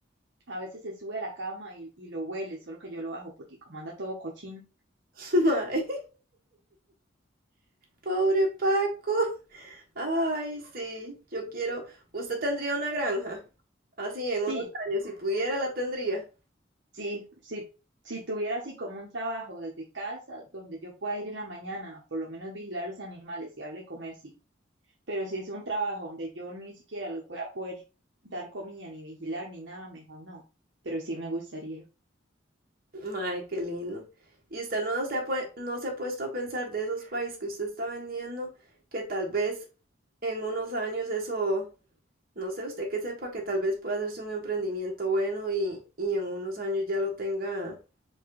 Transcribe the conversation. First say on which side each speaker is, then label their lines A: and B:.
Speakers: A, on the right (about 65°); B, on the right (about 50°).
A: A veces se sube a la cama y, y lo huele, solo que yo lo bajo porque como anda todo cochino.
B: <laughs> mae. Pobre Paco. Ay, sí. Yo quiero. Usted tendría una granja. Así en
A: Sí,
B: unos años, si pudiera, la tendría.
A: Sí, si, si tuviera así como un trabajo desde casa donde yo pueda ir en la mañana, por lo menos vigilar los animales y darle comer, sí. Pero si es un trabajo donde yo ni siquiera los voy a poder dar comida, ni vigilar, ni nada, mejor no. Pero sí me gustaría.
B: Ay, qué lindo. ¿Y usted no se ha, pue- no se ha puesto a pensar de esos países que usted está vendiendo, que tal vez en unos años eso, no sé, usted que sepa que tal vez pueda hacerse un emprendimiento bueno y, y en unos años ya lo tenga